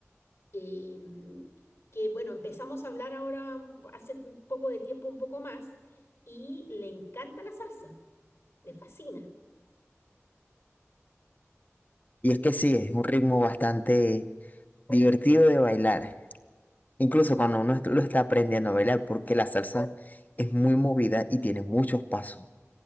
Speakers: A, on the left (about 70°); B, on the left (about 35°).
A: em, que bueno, empezamos a hablar ahora mm, hace un poco de tiempo, un poco más, y le encanta la salsa, le fascina.
B: Y es que sí, es un ritmo bastante divertido de bailar, incluso cuando uno est- lo está aprendiendo a bailar, porque la salsa es muy movida y tiene muchos pasos.